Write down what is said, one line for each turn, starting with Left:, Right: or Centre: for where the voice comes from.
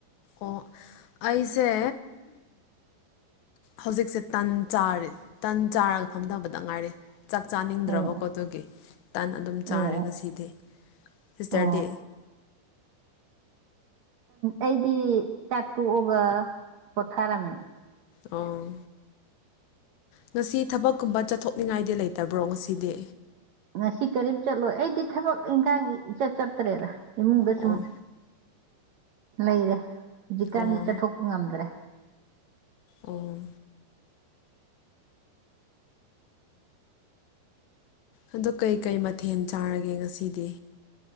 Left: ꯑꯣ ꯑꯩꯁꯦ ꯍꯧꯖꯤꯛꯁꯦ ꯇꯟ ꯆꯥꯔꯦ ꯇꯟ ꯆꯥꯔꯒ ꯐꯝꯗꯕꯗ ꯉꯥꯏꯔꯦ ꯆꯥꯛ ꯆꯥꯅꯤꯡꯗ꯭ꯔꯕꯀꯣ
Right: ꯑꯣ
Left: ꯑꯗꯨꯒꯤ ꯇꯟ ꯑꯗꯨꯝ ꯆꯥꯔꯦ
Right: ꯑꯣ
Left: ꯉꯁꯤꯗꯤ ꯁꯤꯁꯇꯔ
Right: ꯑꯣ
Left: ꯗꯤ
Right: ꯑꯩꯗꯤ ꯆꯥꯛ ꯇꯣꯛꯑꯒ ꯄꯣꯊꯥꯔꯝꯃꯤꯅꯦ
Left: ꯑꯣ ꯉꯁꯤ ꯊꯕꯛꯀꯨꯝꯕ ꯆꯠꯊꯣꯛꯅꯤꯡꯉꯥꯏꯗꯤ ꯂꯩꯇꯕ꯭ꯔꯣ ꯉꯁꯤꯗꯤ
Right: ꯉꯁꯤ ꯀꯔꯤꯝ ꯆꯠꯂꯣꯏ ꯑꯩꯗꯤ ꯊꯕꯛ ꯏꯪꯈꯥꯡ ꯏꯆꯠ ꯆꯠꯇ꯭ꯔꯦꯗ ꯏꯃꯨꯡꯗ
Left: ꯑꯣ
Right: ꯁꯨꯝ ꯂꯩꯔꯦ ꯍꯧꯖꯤꯛꯀꯥꯟꯁꯤ
Left: ꯑꯣ
Right: ꯆꯠꯊꯣꯛꯄ ꯉꯝꯗ꯭ꯔꯦ
Left: ꯑꯣ ꯑꯗꯣ ꯀꯩꯀꯩ ꯃꯊꯦꯜ ꯆꯥꯔꯒꯦ ꯉꯁꯤꯗꯤ